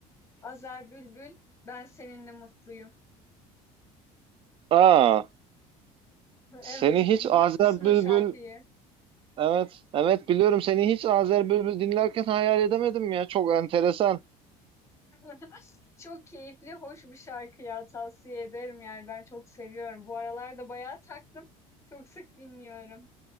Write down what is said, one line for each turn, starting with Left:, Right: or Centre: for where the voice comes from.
Left: Azer Bülbül Ben Seninle Mutluyum.
Right: Aa, seni
Left: Evet biliyor
Right: hiç Azer
Left: musun
Right: Bülbül
Left: o şarkıyı?
Right: Evet, evet biliyorum seni hiç Azer Bülbül dinlerken hayal edemedim ya. Çok enteresan.
Left: <laughs> Çok keyifli, hoş bir şarkı ya tavsiye ederim yani ben çok seviyorum. Bu aralar da bayağı taktım. Çok sık dinliyorum.